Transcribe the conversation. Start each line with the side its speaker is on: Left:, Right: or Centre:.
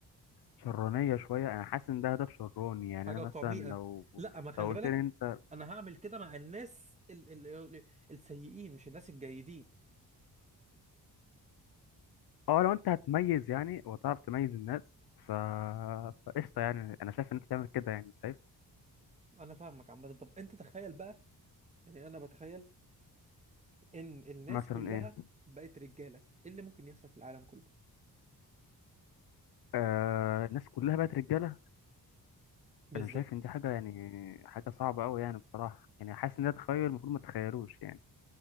Left: شرانية شوية أنا حاسس إن ده هدف شراني يعني
Right: حاجه
Left: أنا مثلا
Right: قميئه
Left: لو
Right: لا ما خلي
Left: لو قلت
Right: بالك
Left: لي أنت
Right: انا هعمل كده مع الناس ال ال ال السيئين مش الناس الجيدين
Left: أه لو أنت هتميز يعني وتعرف تميز الناس ف فقشطة يعني أنا شايف إن أنت تعمل كده يعني شايف
Right: انا فاهمك عامه طب انت تخيل بقى يعني انا بتخيل ان الناس
Left: مثلا
Right: كلها
Left: إيه
Right: بقت رجاله ايه اللي ممكن يحصل في العالم كله
Left: آه الناس كلها بقت رجالة
Right: بالظبط
Left: أنا شايف إن دي حاجة يعني حاجة صعبة أوي يعني بصراحة يعني حاسس إن ده تخيل المفروض ما تتخيلوش يعني